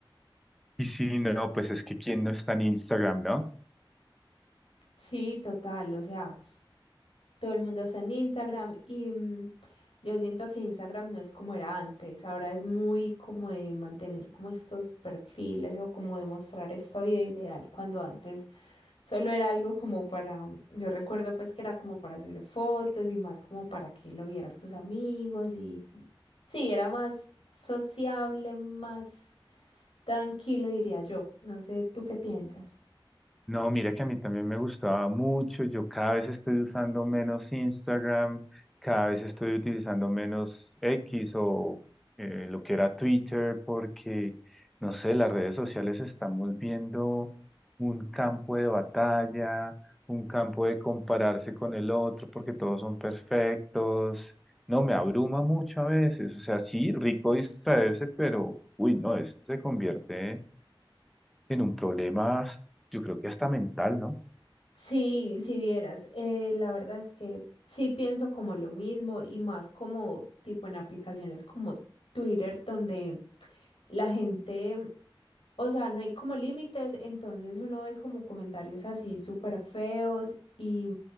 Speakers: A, in the centre; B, on the left.
A: Y sí, no, pues es que quién no está en Instagram, ¿no?
B: <laughs> Sí, total, o sea, Todo el mundo está en Instagram y mm, yo siento que Instagram no es como era antes. Ahora es muy como de mantener como estos perfiles o como de mostrar esta vida ideal cuando antes Solo era algo como para, yo recuerdo pues que era como para subir fotos y más como para que lo vieran tus amigos y sí, era más sociable, más tranquilo diría yo. No sé, ¿tú qué piensas?
A: No, mira que a mí también me gustaba mucho. Yo cada vez estoy usando menos Instagram, cada vez estoy utilizando menos X o eh, lo que era Twitter, porque, no sé, las redes sociales se están volviendo un campo de batalla, un campo de compararse con el otro, porque todos son perfectos. No, me abruma mucho a veces. O sea, sí, rico distraerse, pero, uy, no, esto se convierte en un problema, yo creo que hasta mental, ¿no?
B: Sí, si vieras, eh, la verdad es que sí pienso como lo mismo y más como tipo en aplicaciones como Twitter, donde la gente O sea, no hay como límites, entonces uno ve como comentarios así súper feos y,